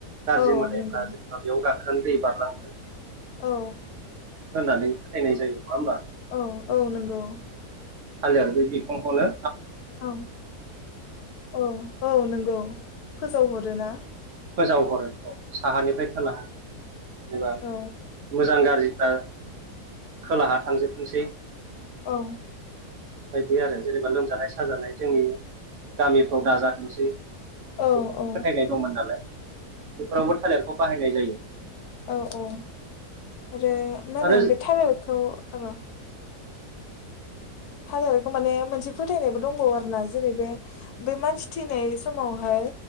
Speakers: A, on the right; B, on the left.
A: गाज्रि
B: औ
A: मालायफ्रा
B: नंगौ
A: जेने'बा बेयाव गाखोनो दै बारलांनो
B: औ।
A: होननानै नायनाय जायो। नङा होमबा
B: औ औ नंगौ।
A: खालि आरो बे बि फांखौनो
B: औ औ औ नंगौ फोजावहरोना?
A: फोजावहरो औ साहानिफ्राय खोना जेनेबा
B: औ
A: मोजां गा गाज्रि खोलाहा थांजोबथोंसै
B: औ।
A: बायदि आरो जेनेबा लोमजानाय साजानाय जोंनि गामिफ्राव दाजाथोंसै। बे
B: औ
A: फोथायनाय
B: औ
A: दंमोन नालाय बेफोरावबो थालिरखौ बाहायनाय जायो।
B: औ औ आरो मा
A: आरो
B: होनो बे थालिरखौ र' थालेरखौ माने मोनसे फोथायनायबो दंबावो आरो ना जेरै बे बे मानसि थैनाय समावहाय हाय